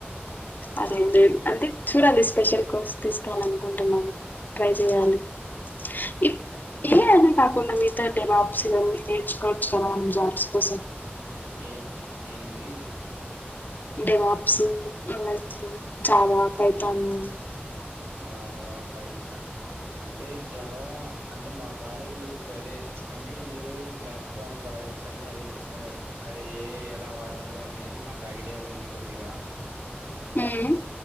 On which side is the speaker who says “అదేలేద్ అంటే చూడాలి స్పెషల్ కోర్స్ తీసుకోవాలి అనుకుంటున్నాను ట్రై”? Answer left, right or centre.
Left